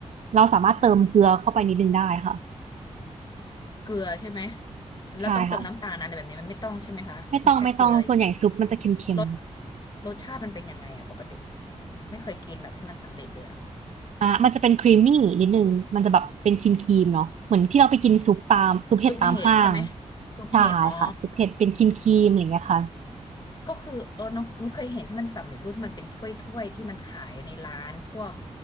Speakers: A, on the right; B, on the left.
A: เราสามารถเติมเกลือเข้าไปนิดนึงได้ค่ะ
B: เกลือใช่ไหมแล้วต้องเติมน้ำตาลนะอะไรแบบนี้มันไม่ต้องใช่ไหมคะมีแค่เกลืออย่างเดียว
A: ใช่ค่ะไม่ต้องไม่ต้องส่วนใหญ่ซุปมันจะเค็ม
B: รสรสชาติมันเป็นยังไงอะปกติไม่เคยกินแบบที่มันสำเร็จเลยอะ
A: อ่ะมันจะเป็นครีมมี่นิดนึงมันจะแบบเป็นครีมครีมเนาะเหมือนที่เราไปกินซุปตามซุปเห็ดตามห้าง
B: ซุปเห็ดใช่ไหมซุปเห็ดอ๋อ
A: ใช่ค่ะซุปเห็ดเป็นครีมครีมอะไรอย่างเงี้ยค่ะ
B: ก็คือเออน้องนุชเคยเห็นที่มันสำเร็จรูปที่มันเป็นถ้วยถ้วยที่มันขายในร้านพวก